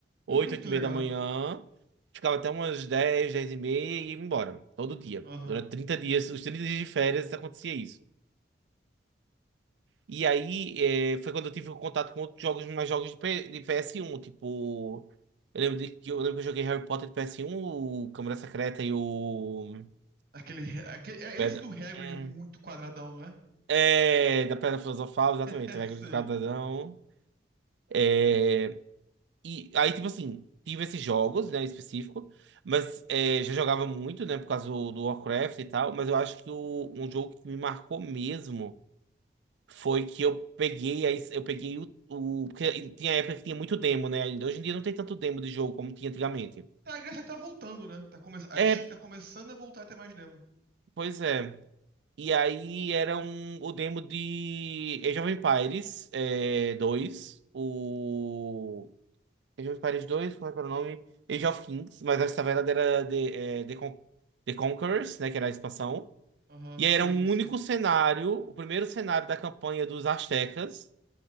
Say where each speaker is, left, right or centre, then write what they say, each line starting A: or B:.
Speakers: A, on the right (about 80°); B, on the right (about 55°).
A: oito,
B: <laughs>
A: oito
B: Que
A: e
B: legal.
A: meia da manhã. Ficava até umas dez, dez e meia e ia embora, todo dia.
B: Aham.
A: Durante 30 dias, os 30 dias de férias acontecia isso. E aí é, foi quando eu tive contato com outros jogos, mais jogos de, P- de PS1, tipo. Eu lembro, de, que eu lembro que eu joguei Harry Potter de PS1, o Câmara Secreta e o.
B: Aquele, aquele. É
A: Bad-
B: esse do Hagrid
A: Hum.
B: muito quadradão, não é?
A: É, da Pedra Filosofal, exatamente,
B: <laughs>
A: Regra
B: Sei.
A: do Quadradão. É, e aí, tipo assim, tive esses jogos, né, em específico, mas é, já jogava muito, né, por causa do, do Warcraft e tal, mas eu acho que o, um jogo que me marcou mesmo foi que eu peguei, aí, eu peguei o, o... Porque tinha época que tinha muito demo, né, ainda. Hoje em dia não tem tanto demo de jogo como tinha antigamente.
B: Tá, a graça é que tá voltando, né? Tá come... A
A: É,
B: Steam tá começando a voltar a ter mais demo.
A: pois é. E aí era um, o demo de Age of Empires é, 2, o... Age of Empires 2, como é que era o nome? Age of Kings, mas essa verdade era The, é, The, Con The Conquerors, né? Que era a expansão.
B: Aham,
A: E
B: sim,
A: aí era um
B: sim.
A: único cenário, o primeiro cenário da campanha dos Aztecas.